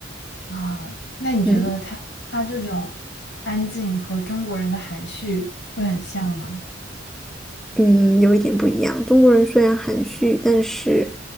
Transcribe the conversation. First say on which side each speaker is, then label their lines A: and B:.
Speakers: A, on the left; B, in the centre.
A: 啊，那你觉得他他这种安静和中国人的含蓄会很像吗？
B: 嗯嗯，有一点不一样。中国人虽然含蓄，但是